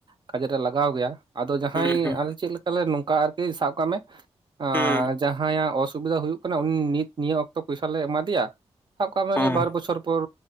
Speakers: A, on the right (about 40°); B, on the left (about 20°).
A: ᱠᱟᱡᱮ ᱨᱮ ᱞᱟᱜᱟᱣ ᱜᱮᱭᱟ ᱟᱫᱚ ᱡᱟᱦᱟᱸᱭ
B: ᱦᱩᱸ ᱦᱩᱸ
A: ᱟᱞᱮ ᱪᱮᱫ ᱞᱮᱠᱟᱞᱮ ᱱᱚᱝᱠᱟ ᱟᱨᱠᱤ ᱥᱟᱵ ᱠᱟᱜ ᱢᱮ <inaudible>
B: ᱦᱩᱸ
A: ᱡᱟᱦᱟᱸᱭᱟᱜ ᱚᱥᱩᱵᱤᱫᱟ ᱦᱩᱭᱩᱜ ᱠᱟᱱᱟ ᱩᱱᱤ ᱱᱤᱛ ᱱᱤᱭᱟᱹ ᱚᱠᱛᱚ ᱯᱩᱭᱥᱟ ᱞᱮ ᱮᱢᱟ ᱫᱮᱭᱟ ᱥᱟᱵ ᱠᱟᱜ ᱢᱮ
B: ᱦᱚᱸ
A: ᱩᱱᱤ ᱵᱟᱨ ᱵᱚᱪᱷᱚᱨ ᱯᱚᱨ